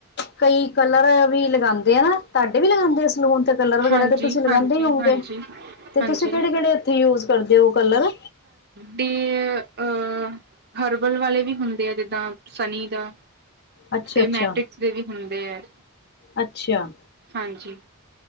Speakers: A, on the left; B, on the right.
A: ਕਈ ਕਲਰ ਵੀ ਲਗਾਦੇ। ਨਾ ਤੁਹਾਡੇ ਵੀ ਲਗਾਦੇ ਸਲੂਨ ਤੇ ਕਲਰ ਵਗੈਰਾ
B: ਹਾਂਜੀ
A: ਤੇ ਤੁਸੀਂ ਲਗਾਉਂਦੇ
B: ਹਾਂਜੀ
A: ਹੀ ਹੋਗੇ।
B: ਹਾਂਜੀ
A: ਤੇ
B: ਹਾਂਜੀ
A: ਤੁਸੀਂ ਕਿਹੜੇ-ਕਿਹੜੇ ਇੱਥੇ ਯੂਜ ਕਰਦੇ ਹੋ ਕਲਰ?
B: ਦੇ ਅਹ ਹਰਬਲ ਵਾਲੇ ਵੀ ਹੁੰਦੇ ਆ ਜਿੱਦਾਂ ਸਨੀ ਦਾ,
A: ਅੱਛਾ
B: ਤੇ
A: ਅੱਛਾ
B: ਮੈਟ੍ਰਿਕਸ ਦੇ ਵੀ ਹੁੰਦੇ ਹੈ,
A: ਅੱਛਾ,
B: ਹਾਂਜੀ,